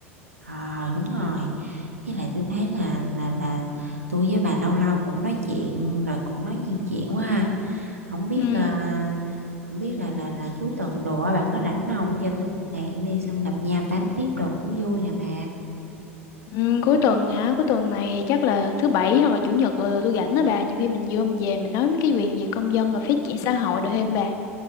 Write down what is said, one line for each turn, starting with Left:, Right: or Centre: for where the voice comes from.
Right: ờ đúng rồi với lại tôi thấy là là là tôi với bà lâu lâu cũng nói chuyện rồi cũng nói nhiều chuyện quá ha không biết
Left: Ừ.
Right: là không biết là là là cuối tuần đồ á, bà có rảnh không cho tôi một hẹn đi xong gặp nhau tám tiếp đồ cũng vui nè bà
Left: Ừ, cuối tuần hả? Cuối tuần này chắc là thứ bảy hoặc là chủ nhật ờ, tôi rảnh đó bà. Nhiều khi mình vô mình về mình nói mấy cái quyền về công dân rồi phát triển xã hội được thêm bà.